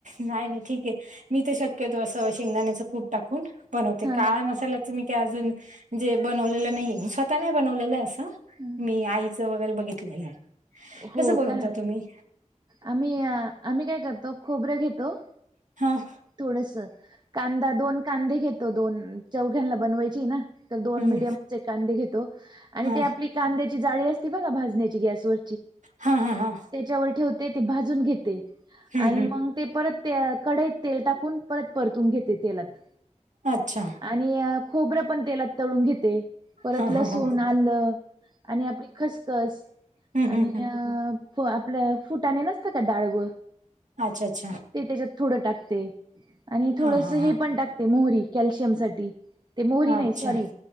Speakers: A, on the right; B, on the right.
A: नाही नाही ठीके मी तर शक्यतो असं शेंगदाण्याचं कुट. टाकून बनवते
B: हा
A: काळा मसाला. मी का अजून जे बनवलेलं नाहीे मी स्वतः नाही बनवलेलं आहे असं.
B: हम
A: मी आईचं वगैरे बघितलेलं.
B: हो
A: कसं बनवता
B: का
A: तुम्ही?
B: आम्ही आम्ही काय करतो खोबर्या घेतो.
A: हां.
B: थोडस कांदा दोन कांदे घेतो दोन चौघ्यांला बनवायची ना. तर दोन
A: हं
B: मिीडियमचे कांदे घेतो आणि
A: हा
B: ते आपली कांद्याची जाळी असती बघा भाजण्याची गॅसवर
A: हा हा हा
B: त्याच्यावर ठेवते ते भाजून घेते
A: हं
B: आणि
A: हं
B: मग ते परत ते कडई. तेल टाकून परत परतून घेते तेलात.
A: अच्छा!
B: आणि खोबरं पण तेलात तळून घेते, परत
A: हा
B: लसूण,
A: हा हा
B: आलं आणि आपली खसखस
A: ह्म ह्म ह्म.
B: अं आपलं फुटाने नसतं का, डाळव
A: अच्छा अच्छा
B: ते त्याच्यात थोडं टाक ते, आणि थोडस
A: हा हा
B: हे
A: हा
B: पण टाकते मोहरी कॅल्शियम साठी. ते मोहरी
A: हा
B: नाही,
A: अच्छा
B: सॉरी